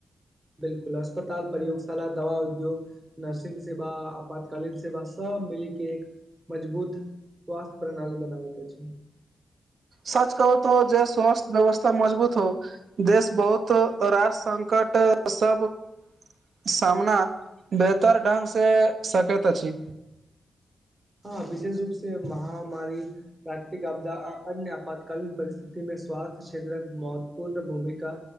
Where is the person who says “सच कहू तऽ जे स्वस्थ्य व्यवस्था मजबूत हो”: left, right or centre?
Right